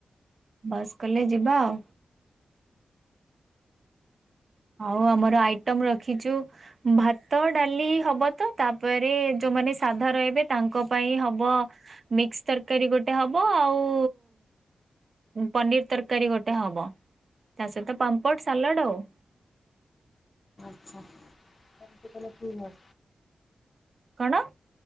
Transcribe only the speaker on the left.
ପ କି <unintelligible>